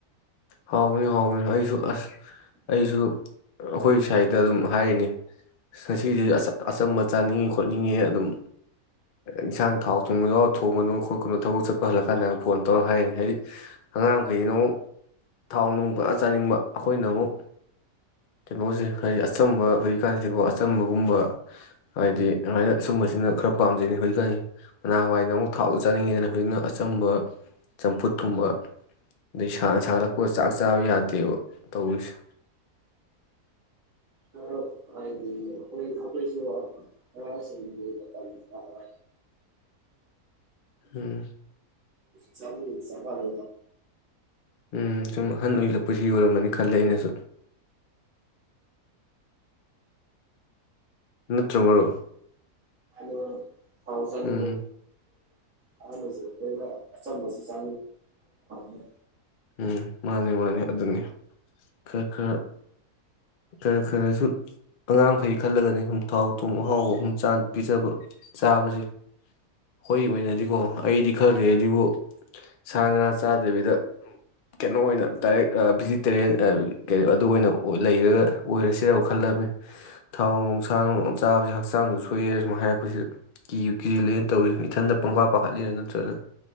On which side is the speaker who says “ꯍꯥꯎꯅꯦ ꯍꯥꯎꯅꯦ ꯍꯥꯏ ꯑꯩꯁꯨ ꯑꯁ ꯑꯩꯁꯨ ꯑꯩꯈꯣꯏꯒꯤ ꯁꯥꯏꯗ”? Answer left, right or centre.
Left